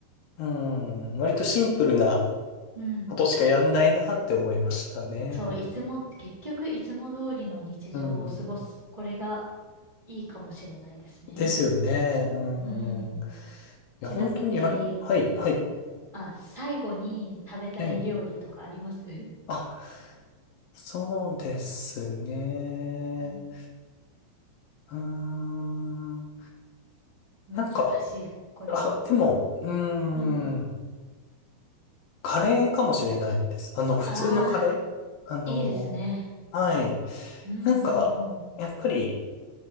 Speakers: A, on the left (about 75°); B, on the right (about 25°).
A: うん、割とシンプルな
B: うん。うん。
A: ことしかやんないなって思いましたね。
B: そう、いつも、結局いつも通りの日常を過ごす。
A: うん。
B: これがいいかもしれないですね。
A: ですよね。う
B: うん。
A: ん。いや、
B: ちなみに、
A: 本当にやり、はい、はい。
B: あ、最後に食べたい料理とかあります
A: ええ。
B: <laughs>
A: あ、そうですね。
B: うん
A: うーん。
B: 難しい、
A: なんか、
B: これも。
A: あ、でも、うーん、
B: うん。
A: カレーかもしれないです。あの、普通のカレーあの、
B: ああ、いいですね。
A: はい。
B: うんうんうん。
A: なんか、やっぱり、